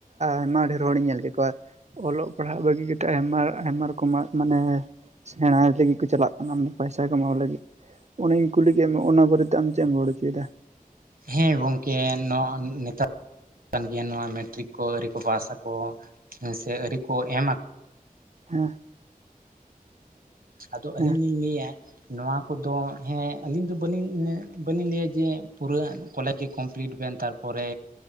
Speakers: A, on the right (about 50°); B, on the right (about 75°).
A: ᱟᱭᱢᱟ ᱰᱷᱮᱨ ᱦᱚᱲᱤᱧ ᱧᱮᱞ ᱠᱮᱠ ᱠᱚᱣᱟ ᱚᱞᱚᱜ ᱯᱟᱲᱦᱟᱜ ᱵᱟᱹᱜᱤ ᱠᱟᱛᱮᱫ ᱟᱭᱢᱟ ᱟᱭᱢᱟ ᱨᱚᱠᱚᱢᱟᱜ ᱢᱟᱱᱮ ᱥᱮᱬᱟᱭ ᱞᱟᱹᱜᱤᱫ ᱠᱚ ᱪᱟᱞᱟᱜ ᱠᱟᱱᱟ ᱯᱟᱭᱥᱟ ᱠᱚᱟᱢᱟᱣ ᱞᱟᱹᱜᱤᱫ ᱚᱱᱟᱧ ᱠᱩᱞᱤ ᱠᱮᱫ ᱢᱮ ᱚᱱᱟ ᱵᱟᱨᱮᱛᱮ ᱟᱢ ᱪᱮᱫ ᱮᱢ ᱨᱚᱲ ᱦᱚᱪᱚᱭᱮᱫᱟ
B: ᱦᱮᱸ ᱜᱚᱝᱠᱮ ᱱᱚᱣᱟ ᱱᱮᱛᱟᱨ ᱠᱟᱱ ᱜᱮᱭᱟ ᱱᱚᱣᱟ ᱢᱮᱴᱨᱤᱠ ᱠᱚ ᱟᱹᱣᱨᱤ ᱠᱚ ᱯᱟᱥ ᱟᱠᱚ ᱥᱮ ᱟᱹᱨᱤ ᱠᱚ ᱮᱢ ᱟᱠᱚ
A: ᱦᱮᱸ
B: ᱟᱫᱚ ᱟᱹᱞᱤᱧ
A: ᱦᱮᱸ
B: ᱞᱤᱧ ᱞᱟᱹᱭᱟ ᱱᱚᱣᱟ ᱠᱚᱫᱚ ᱦᱮᱸ ᱟᱹᱞᱤᱧ ᱫᱚ ᱵᱟᱹᱞᱤᱧ ᱵᱟᱹᱞᱤᱧ ᱞᱟᱹᱭᱟ ᱡᱮ ᱯᱩᱨᱟᱹ ᱠᱚᱞᱮᱡᱽ ᱜᱮ ᱠᱚᱢᱯᱞᱤᱴ ᱵᱮᱱ ᱛᱟᱨ ᱯᱚᱨᱮ